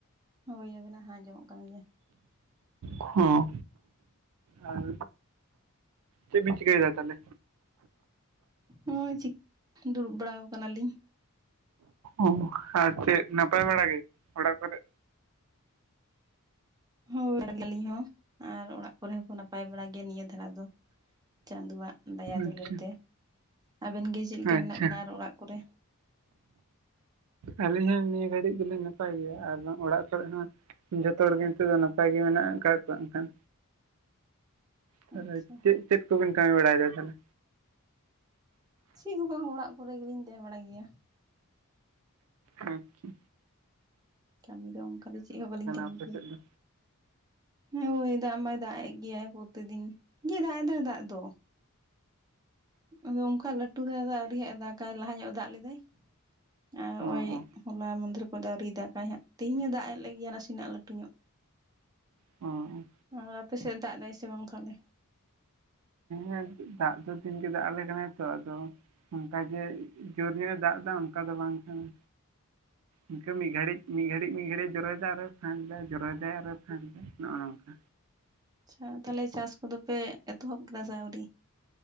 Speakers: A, on the right (about 15°); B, on the right (about 80°).
A: ᱦᱳᱭ ᱟᱹᱵᱤᱱᱟᱜ ᱦᱚᱸ ᱟᱸᱡᱚᱢᱚᱜ ᱠᱟᱱ ᱜᱮᱭᱟ᱾
B: ᱠᱷᱚᱸ ᱟᱨ ᱪᱮᱜ ᱵᱤᱱ ᱪᱤᱠᱟᱹᱭ ᱫᱟ ᱛᱟᱦᱚᱞᱮ?
A: ᱱᱚᱭ ᱪᱤᱜ ᱫᱩᱲᱩᱵ ᱵᱟᱲᱟᱣ ᱠᱟᱱᱟᱞᱤᱧ᱾
B: ᱚᱸ ᱟᱨ ᱪᱮᱫ ᱱᱟᱯᱟᱭ ᱵᱟᱲᱟ ᱜᱮ ᱚᱲᱟᱜ ᱠᱚᱨᱮ?
A: ᱦᱳᱭ ᱵᱟᱲᱟ ᱜᱮᱭᱟᱞᱤᱧ ᱦᱚᱸ ᱟᱨ ᱚᱲᱟᱜ ᱠᱚᱨᱮ ᱦᱚᱸᱠᱚ ᱱᱟᱯᱟᱭ ᱵᱟᱲᱟ ᱜᱮᱭᱟ ᱱᱤᱭᱟᱹ ᱫᱷᱟᱨᱟ ᱫᱚ᱾ ᱪᱟᱸᱫᱚᱣᱟᱜ ᱫᱟᱭᱟ ᱫᱩᱞᱟᱹᱲ
B: ᱟᱪᱪᱷᱟ
A: ᱛᱮ, ᱟᱵᱮᱱ ᱜᱮ ᱪᱮᱜ ᱞᱮᱠᱟ
B: ᱟᱪᱪᱷᱟ
A: ᱢᱮᱱᱟᱜ ᱵᱮᱱᱟ ᱟᱨ ᱚᱲᱟᱜ ᱠᱚᱨᱮ?
B: ᱟᱹᱞᱤᱧ ᱦᱚᱸ ᱱᱤᱭᱟᱹ ᱜᱷᱟᱹᱲᱤᱜ ᱫᱚᱞᱤᱧ ᱱᱟᱯᱟᱭ ᱜᱮᱭᱟ ᱟᱨ ᱚᱲᱟᱜ ᱠᱚᱨᱮ ᱦᱚᱸ ᱡᱚᱷᱛᱚ ᱦᱚᱲᱜᱮ ᱱᱤᱛᱚᱜ ᱫᱚ ᱱᱟᱯᱟᱭ ᱜᱮ ᱢᱮᱱᱟᱜ ᱟᱠᱟᱜ ᱠᱚᱣᱟ ᱮᱱᱠᱷᱟᱱ᱾ ᱛᱟᱦᱚᱞᱮ
A: ᱟᱪᱪᱷᱟ
B: ᱪᱮᱜ ᱪᱮᱫ ᱠᱚᱵᱤᱱ ᱠᱟᱹᱢᱤ ᱵᱟᱲᱟᱭᱫᱟ ᱛᱟᱦᱚᱞᱮ?
A: ᱪᱮᱜ ᱦᱚᱸ ᱵᱟᱝ ᱚᱲᱟᱜ ᱠᱚᱨᱮ ᱜᱮᱞᱤᱧ ᱛᱟᱦᱮᱸ ᱵᱟᱲᱟᱜ ᱜᱮᱭᱟ᱾
B: ᱟᱪᱪᱷᱟ,
A: ᱠᱟᱹᱢᱤ ᱫᱚ ᱚᱱᱠᱟ ᱫᱚ ᱪᱮᱫ ᱦᱚᱸ ᱵᱟᱹᱞᱤᱧ ᱠᱟᱹᱢᱤ
B: ᱟᱯᱮ
A: ᱜᱮᱭᱟ᱾
B: ᱥᱮᱫ ᱫᱚ
A: ᱦᱮᱸ ᱦᱳᱭ ᱫᱟᱜᱽ ᱫᱟᱜᱽ ᱮᱜ ᱜᱮᱭᱟᱭ ᱯᱨᱚᱛᱤ ᱫᱤᱱ ᱜᱮ ᱫᱟᱜᱽ ᱮᱫᱟᱭ ᱫᱟᱜᱽ ᱫᱚ᱾ ᱟᱫᱚ ᱚᱱᱠᱟ ᱞᱟᱹᱴᱩ ᱫᱷᱟᱨᱟ ᱫᱚ ᱟᱹᱣᱨᱤ ᱦᱟᱸᱜ ᱮ ᱫᱟᱜᱟᱭ ᱞᱟᱦᱟ ᱧᱚᱜ ᱮ ᱫᱟᱜᱽ ᱞᱮᱫᱟᱭ ᱟᱨ ᱦᱚᱸᱜᱼᱚᱭ
B: ᱚ ᱚ
A: ᱦᱚᱞᱟ ᱢᱟᱫᱷᱮᱨ ᱠᱷᱚᱱ ᱫᱚ ᱟᱹᱣᱨᱤ ᱫᱟᱜᱟᱭ ᱦᱟᱸᱜ ᱛᱮᱦᱮᱧ ᱦᱚᱸᱧ ᱫᱟᱜᱽ ᱮ ᱞᱮᱜ ᱜᱮᱭᱟ ᱱᱟᱥᱮᱱᱟᱜ ᱞᱟᱹᱴᱩ ᱧᱚᱜ᱾
B: ᱦᱚᱸ ᱚ,
A: ᱟᱨ ᱟᱯᱮ ᱥᱮᱜ ᱫᱟᱜᱽ ᱫᱟᱭ ᱥᱮᱵᱟᱝ ᱛᱟᱦᱚᱞᱮ?
B: ᱦᱮᱸ ᱫᱟᱜᱽ ᱫᱚ ᱫᱤᱱ ᱜᱮ ᱫᱟᱜᱽ ᱟᱞᱮ ᱠᱟᱱᱟ ᱛᱚ ᱟᱫᱚ ᱚᱝᱠᱟ ᱜᱮ ᱡᱚᱨ ᱧᱚᱜ ᱮ ᱫᱟᱜᱽ ᱫᱟ ᱚᱝᱠᱟ ᱫᱚ ᱵᱟᱝ ᱠᱟᱱᱟ᱾ ᱤᱱᱠᱟᱹ ᱢᱤᱜ ᱜᱷᱟᱹᱲᱤᱜ ᱢᱤᱜ ᱜᱷᱟᱹᱲᱤᱡᱹᱜ ᱢᱤᱜ ᱜᱷᱟᱹᱲᱤᱜ ᱡᱚᱨᱚᱭᱟᱭ ᱟᱨ ᱯᱷᱟᱸᱠᱫᱟᱭ ᱡᱚᱨᱚᱭ ᱫᱟᱭ ᱟᱨᱚ ᱯᱷᱟᱸᱠᱫᱟᱭ ᱱᱚᱜᱼᱚ ᱱᱚᱝᱠᱟ᱾
A: ᱟᱪᱪᱷᱟ ᱛᱟᱦᱚᱞᱮ ᱪᱟᱥ ᱠᱚᱫᱚ ᱯᱮ ᱮᱛᱚᱦᱚᱵ ᱠᱮᱫᱟ ᱥᱮ ᱟᱹᱣᱨᱤ?